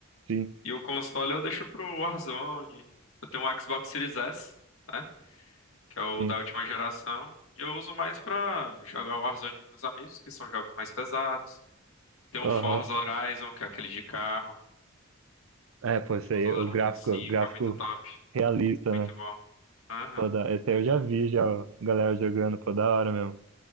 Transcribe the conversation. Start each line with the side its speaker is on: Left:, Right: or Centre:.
Right: Sim,
Left: E o console eu deixo pro Warzone. Eu tenho um Xbox Series S, né? Que é o
Right: sim.
Left: da última geração. E eu uso mais pra jogar o Warzone com meus amigos, que são jogos mais pesados. Tem
Right: Aham.
Left: um Forza Horizon, que é aquele de carro.
Right: É, pô, esse
Left: Forza
Right: aí, o gráfico,
Left: Horizon cinco
Right: gráfico
Left: é muito top.
Right: realista,
Left: Muito
Right: né?
Left: bom. Aham.
Right: Pô, da, esse aí eu já vi, já, a galera jogando, pô, da hora mesmo.